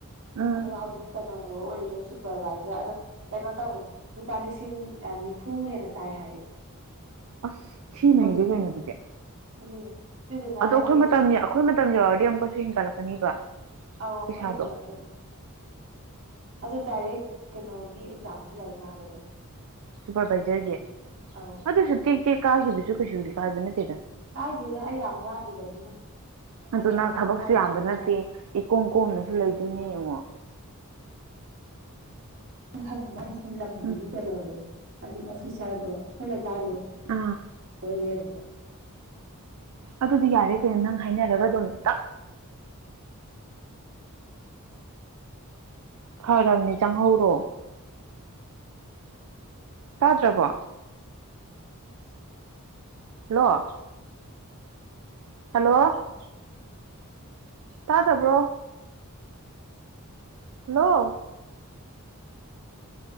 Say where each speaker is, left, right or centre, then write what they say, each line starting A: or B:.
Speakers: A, on the right; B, on the right.
A: ꯎꯝ
B: ꯑꯗ ꯍꯧꯖꯤꯛ ꯀꯩꯅꯣꯅꯦꯕ ꯑꯣꯏꯔꯤꯗꯣꯏ ꯁꯨꯄꯔꯚꯥꯏꯖꯔ ꯑꯗꫭ ꯀꯩꯅꯣ ꯇꯧꯋꯦ ꯂꯨꯄꯥ ꯂꯤꯁꯤꯡ ꯅꯤꯐꯨ ꯍꯦꯟꯅ ꯆꯥꯏ ꯍꯥꯏꯌꯦ
A: ꯑꯁ ꯊꯤꯅꯩꯔꯦ
B: ꯍꯧꯖꯤꯛꯇꯣ
A: ꯀꯩꯅꯣ ꯑꯗꯨꯗꯤ
B: ꯑꯗꯨꯅꯦ ꯑꯗꯨꯗꯨꯅ
A: ꯑꯗꯣ
B: ꯍꯥꯏꯗꯤ
A: ꯑꯩꯈꯣꯏ ꯃꯇꯝ ꯑꯩꯈꯣꯏ ꯃꯇꯝ ꯌꯧꯔꯗꯤ ꯑꯃꯨꯛꯀꯁꯨ ꯍꯦꯟꯒꯠꯂꯛꯀꯅꯤꯕ
B: ꯑꯥꯎ ꯑꯃꯨꯀ
A: ꯄꯩꯁꯥꯗꯣ
B: ꯍꯦꯟꯒꯠ ꯂꯥꯛꯇꫭꯏꯅꯤ ꯑꯗ ꯗꯥꯏꯔꯦꯛ ꯀꯩꯅꯣꯒꯤ ꯑꯦꯛꯖꯥꯝꯁꯨ ꯂꯩ ꯃꯥꯜꯂꯗ
A: ꯁꯨꯄꯔꯚꯥꯏꯖꯔꯒꯤ
B: ꯑꯧ
A: ꯑꯗꯨꯁꯨ ꯇꯦ ꯇꯦꯛ ꯀꯥꯈꯤꯕꯁꯨ ꯀꯩꯁꯨꯗꯤ ꯀꯥꯏꯕ ꯅꯠꯇꯦꯗ
B: ꯀꯥꯏꯗꯦꯅ ꯑꯩ ꯌꯥꯝ ꯋꯥꯠꯂꯤꯕꯅꯤꯅ ꯍꯥꯏꯗꯤ
A: ꯑꯗꯨ ꯅꯪ
B: ꯑꯉꯥꯡ
A: ꯊꯕꯛꯁꯨ
B: ꯑꯣꯏꯔꯤꯕꯅꯤꯅ
A: ꯌꯥꯝꯕ ꯅꯠꯇꯦ
B: ꯑꯩ
A: ꯏꯀꯣꯝ ꯀꯣꯝꯅꯁꯨ ꯂꯩꯗꯣꯏꯅꯦ ꯌꯦꯡꯉꯣ
B: ꯑꯪꯕ ꯁꯤ ꯂꯝꯁꯤꯒꯤ
A: ꯎꯝ
B: ꯀꯩꯅꯣꯗꯣ ꯍꯥꯏꯗꯤ ꯑꯣꯐꯤꯁꯥꯔꯗꯣ ꯑꯩꯈꯣꯏ ꯂꯩꯀꯥꯏꯗꯨ
A: ꯑꯥ
B: ꯂꯣꯏ ꯂꯩꯔꯃꯦꯕ
A: ꯑꯗꯨꯗꯤ ꯌꯥꯔꯦ ꯀꯩꯅꯣ ꯅꯪ ꯍꯥꯏꯅꯔꯒ ꯑꯗꯨꯝ ꯇꯞ ꯐꯔꯕꯅꯦ ꯆꯪꯍꯧꯔꯣ ꯇꯥꯗ꯭ꯔꯕꯣ ꯍꯂꯣ ꯍꯜꯂꯣ ꯇꯥꯗꯕ꯭ꯔꯣ ꯍꯂꫭ